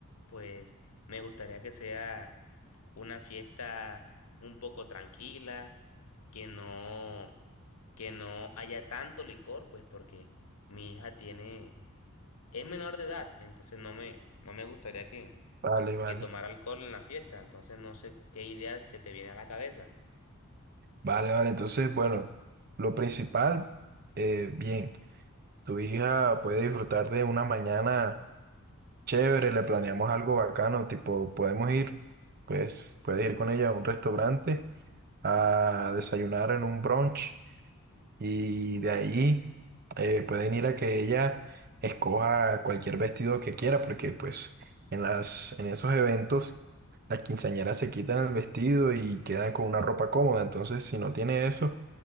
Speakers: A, on the left; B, on the right.
A: pues me gustaría que sea una fiesta un poco tranquila, que no, que no haya tanto licor, pues porque mi hija tiene, es menor de edad, entonces no me, no me gustaría que,
B: Vale, vale.
A: que tomara alcohol en la fiesta, entonces no sé qué idea se te viene a la cabeza.
B: Vale, vale. Entonces, bueno, lo principal, eh, bien, tu hija puede disfrutar de una mañana. Chévere, le planeamos algo bacano, tipo, podemos ir, pues, puedes ir con ella a un restaurante a desayunar en un brunch y de ahí eh, pueden ir a que ella escoja cualquier vestido que quiera, porque pues en las, en esos eventos las quinceañeras se quitan el vestido y quedan con una ropa cómoda. Entonces, si no tiene eso,